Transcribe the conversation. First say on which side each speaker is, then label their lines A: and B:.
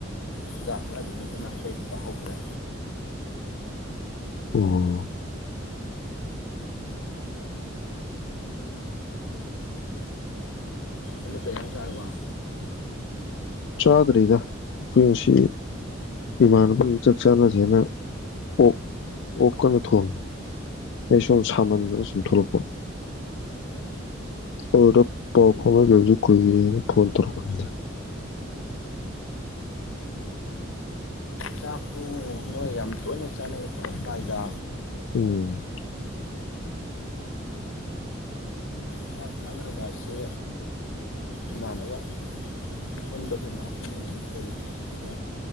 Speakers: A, on the left; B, on the left.
A: ꯆꯨꯖꯥꯛ ꯈꯔ ꯑꯗꯨꯝ ꯅꯠꯇꯅ ꯑꯇꯩꯗꯤ ꯄꯥꯍꯧꯗ꯭ꯔꯦ
B: ꯑꯣ
A: ꯍꯅ ꯀꯌꯥ ꯆꯔꯄꯥ
B: ꯆꯥꯗ꯭ꯔꯤꯗ ꯑꯩꯈꯣꯏ ꯉꯁꯤ ꯏꯃꯥꯟꯅꯕꯒꯤ ꯆꯥꯛ ꯆꯥꯟꯅꯁꯦꯅ ꯑꯣ ꯑꯣꯛꯀꯅ ꯊꯣꯡꯉꯤ ꯑꯩ ꯁꯨꯝ ꯁꯥꯃꯟꯗꯅ ꯁꯨꯝ ꯊꯣꯛꯂꯛꯄ ꯑꯗꯨꯗ ꯄꯥꯎ ꯐꯥꯎꯅꯗꯕꯁꯨ ꯀꯨꯏꯔꯦꯅ ꯐꯣꯟ ꯇꯧꯔꯛꯄꯅꯤꯗ
A: ꯆꯥꯛꯇꯨ ꯅꯣꯏ ꯌꯥꯝ ꯇꯣꯏꯅ ꯆꯥꯅꯩ ꯄꯧꯗꯥꯥꯏꯗ
B: ꯎꯝ
A: ꯍꯤꯗꯥꯛ ꯀꯥꯟꯅꯕꯁꯦ ꯏꯃꯥꯟꯅꯕ ꯄꯨꯟꯕꯒꯤ ꯉꯥꯏꯍꯥꯛ ꯄꯨꯅꯕꯗꯤ ꯐꯩ ꯑꯗꯨꯒ